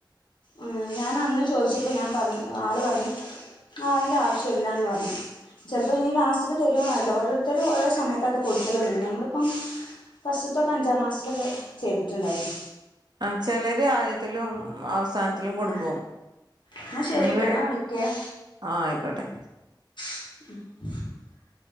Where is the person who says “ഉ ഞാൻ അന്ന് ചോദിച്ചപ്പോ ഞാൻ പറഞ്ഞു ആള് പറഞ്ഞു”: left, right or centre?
Left